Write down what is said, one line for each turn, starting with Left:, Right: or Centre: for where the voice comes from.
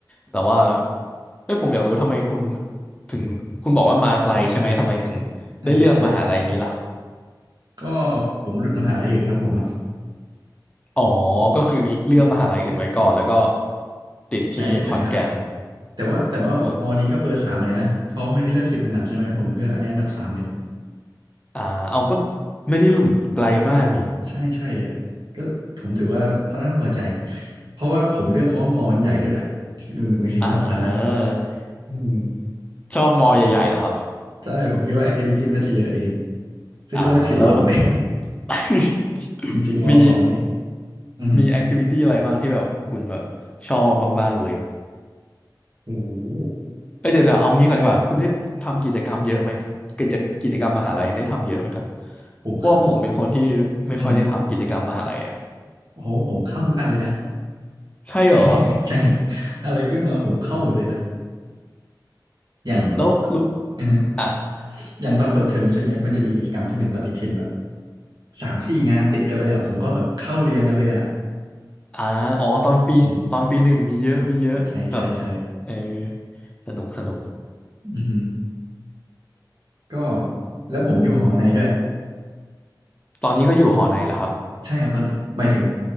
Left: แต่ว่าเฮ้ยผมอยากรู้ทำไมคุณถึงคุณบอกว่ามาไกลใช่ไหมทำไมถึงได้เลือกมหาลัยนี้ล่ะ
Right: ใช่ใช่ครับก็ผมหลุดมหาลัยอื่นครับผม
Left: อ๋อก็คือเลือกมหาลัยอื่นไว้ก่อนแล้วก็ติดที่ขอนแก่น
Right: ใช่ใช่ครับแต่ว่าแต่ว่ามอนี้ก็เบอร์สามเลยนะเพราะว่ามันให้เลือกสิบอันดับใช่ไหมผมเลือกอันนี้อันดับสามเลยนะ
Left: โอ้ยอ่าเอาก็ไม่ได้หลุดไกลมากนี่
Right: ก็ก็ก็ใช่ใช่อะก็ผมถือว่าค่อนข้างพอใจเพราะว่าผมเลือกเพราะว่ามอมันใหญ่ด้วยแหละหนึ่งหนึ่งในสิ่งที่สำคัญนะ
Left: อ่า
Right: อืม
Left: ชอบมอใหญ่ๆเหรอครับ
Right: ใช่ผมคิดว่าแอคทิวิตี้มันน่าจะเยอะเองซึ่งก็ไม่ผิดหวังเลย
Left: อ่าแล้ว <laughs>
Right: <laughs> จริงๆมอขอนี่
Left: มี
Right: อือหือ
Left: มีแอคทิวิตี้อะไรบ้างที่แบบคุณแบบชอบบ้างๆเลย
Right: โอ้โห
Left: เอ้ยเดี๋ยวๆเอางี้ก่อนดีกว่าคุณได้ทำกิจกรรมเยอะไหมกิจกิจกรรมมหาลัยได้ทำเยอะไหมครับ
Right: ผมเข้าทุก
Left: เพราะว่าผมเป็นคนที่ไม่ค่อยได้ทำกิจกรรมมหาลัยอ่ะ
Right: อือหือโอ้โหผมเข้าทุกอันเลยนะ
Left: ใช่เหรอ
Right: <laughs> ใช่อะไรขึ้นมาผมเข้าหมดเลยนะอย่าง
Left: แล้วรู้
Right: อือ
Left: อ่ะ
Right: อย่างตอนเปิดเทอมใช่ไหมมันจะมีกิจกรรมที่เป็นปฏิทินแบบสามสี่งานติดกันเลยอ่ะผมก็แบบเข้าเรียงกันเลยอ่ะ
Left: อ่าอ๋อตอนปีตอนปีหนึ่งมีเยอะมีเยอะแบบ
Right: อืมใช่ใช่ใช่
Left: เออสนุกสนุก
Right: อือฮึก็แล้วผมอยู่หอในด้วย
Left: ตอนนี้ก็อยู่หอในแหละครับ
Right: ใช่ครับตอนนี้หมายถึง